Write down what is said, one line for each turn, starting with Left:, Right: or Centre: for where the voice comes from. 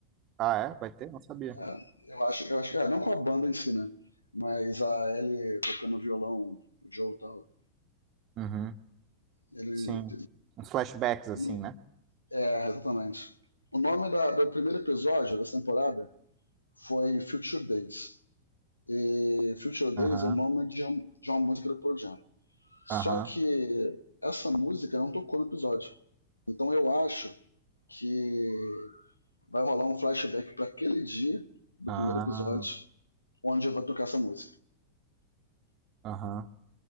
Right: Ah, é? Vai ter? Não sabia.
Left: É, eu acho, eu acho que, é, não com a banda em si, né? Mas a Ellie tocando violão, o Joe e tal.
Right: Uhum.
Left: Ele,
Right: Sim. Uns flashbacks, assim,
Left: ele-
Right: né?
Left: é, exatamente. O nome da- do primeiro episódio dessa temporada foi Future Days. E Future Days
Right: Aham,
Left: é o nome de, um- de uma música do Pearl Jam. Só
Right: aham,
Left: que essa música não tocou no episódio. Então eu acho que vai rolar um flashback para aquele dia do
Right: ah,
Left: primeiro episódio, onde eu vou tocar essa música.
Right: aham.